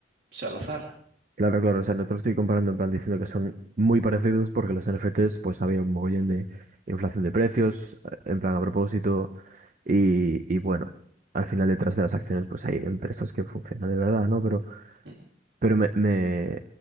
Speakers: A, on the right; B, on the right.
A: sea al azar.
B: Claro, claro, o sea, no te lo estoy comparando en plan diciendo que son muy parecidos porque los NFTs pues había un mogollón de inflación de precios, eh, en plan a propósito, y, y bueno, al final detrás de las acciones pues hay empresas que funcionan de verdad, ¿no? Pero,
A: Mm,
B: pero me, me,